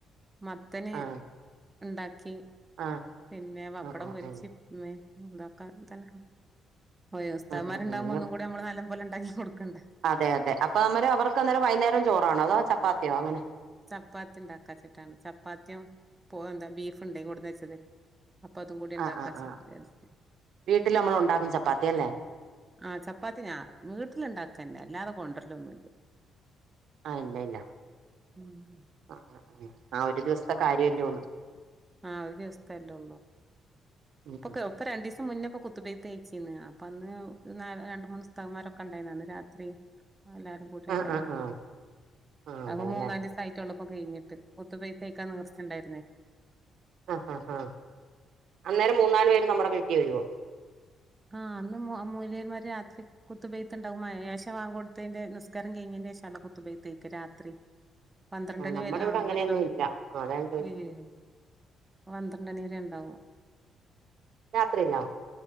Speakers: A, on the right; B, on the right.
A: മത്തന്
B: ആഹ്
A: ഇണ്ടാക്കി ച്
B: ആഹ് ആഹ്
A: പിന്നെ പപ്പടം
B: ആഹ്
A: പൊരിച്ച്
B: ആഹ്
A: എന്താക്കാനാ <unintelligible> ഉസ്താദുമാരുണ്ടാവുമ്പോ
B: ആഹ് ആഹ് ആഹ് ആഹ്
A: ഒന്നും കൂടി നമ്മള് നല്ല പോലുണ്ടാക്കി കൊടുക്കണ്ടെ
B: അതെ അതെ അപ്പൊ നമ്മര് അവർക്ക് അന്നേം വൈന്നേരോം ചോറാണോ അതോ ചപ് ത്തിയോ അങ്ങനെ
A: പ്പാത്തി ണ്ടാക്കാച്ച്ക്കാണ് ചപ്പാത്തിയും പോ എന്താ ബീഫ്ണ്ട് കൊട്ന്നെച്ചത് അപ്പ അതും കൂടിണ്ടാക്കാച്ച്
B: ആഹ് ആഹ് ആഹ്
A: <unintelligible>
B: വീട്ടില് നമ്മൾ ഉണ്ടാക്കും ചപ്പാത്തി അല്ലേ
A: ആഹ് ചപ്പാത്തി ഞാ വീട്ട്ല്ണ്ടാക്കന്നെ അൽ ഇല്ലാതെ കൊണ്ടരലൊന്നുല്ല
B: ആഹ് ഇല്ല ഇല്ല
A: ഉം
B: ആഹ് ആഹ് ഒരു ദിവസത്തെ കാര്യല്ലേള്ളൂ
A: ആഹ് ഒരിസ്തെല്ലാെള്ളു
B: ഉം
A: ഇപ്പൊക്കെ
B: ഉം
A: ഒക്കെ രണ്ടീസം മുന്നാെക്കെ കു ത്ത്‌ബ്‌യത്ത്യ്ച്ചീന്ന് അപ്പൊ അന്ന് ന രണ്ട് മൂന്ന് ഉസ്താദ്മാരൊക്കെണ്ടായ്ര്ന്ന് അന്ന് രാത്രി ആഹ് എല്ലാരും കൂട്യാണ്ടായ്ര്ന്നെ
B: ആഹ് ആഹ് ആഹ് ആഹ്
A: അത്പ്പ
B: അതെല്ലേ
A: മൂന്നാലീസായ്റ്റൊള്ളു ഇപ്പൊ കയ്ഞ്ഞ്ട്ട് കുത്തുബിയത്തയ്ക്കാൻ നീർച്ചണ്ടായ്ര്ന്നേ
B: ആഹ് ഹ ഹാ അന്നേരം മൂന്നാല് പേര് നമ്മ്ടെ വീട്ടി വര്വോ
A: ആഹ് അന്ന് മൊ മാേല്യേന്മാര് രാത്രി കുത്ത്പെയ്ത്ത്ണ്ടാകും മ എ ഏശ ബാങ്കൊട്ത്തേന്റെ നിസ്കാരം കയ്ഞ്ഞേന്റെ ശേഷാല്ലാേ കുത്തുപെയ്ത്തയ്ക്ക രാത്രി പന്ത്രണ്ടണി
B: ആ നമ്മുടെ
A: വരെ ആഹ്
B: ഇവിടെ അങ്ങനെയൊന്നും
A: ഓര് ആഹ്
B: ഇല്ല അതാ ഞാൻ ചോദിച്ചത്
A: ഇല്ലി <unintelligible> പന്ത്രണ്ടണി വരെണ്ടാവോ
B: രാത്രിയിലാ